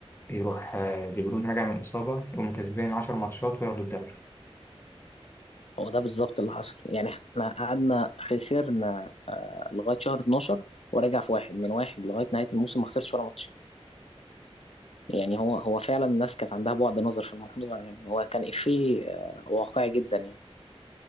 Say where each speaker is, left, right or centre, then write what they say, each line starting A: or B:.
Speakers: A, on the left; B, on the left.
A: يروح آه دي بروين راجع من الاصابة يقوم كسبان عشر ماتشات وياخدوا الدوري
B: هو ده بالظبط اللي حصل يعني احنا قعدنا خسرنا آه، لغاية شهر 12 ورجع في واحد من واحد لغاية نهاية الموسم ما خسرش ولا ماتش يعني هو هو فعلا الناس كانت عندها بعد نظر في الموضوع يعني هو كان إفيه آه، واقعي جدا يعني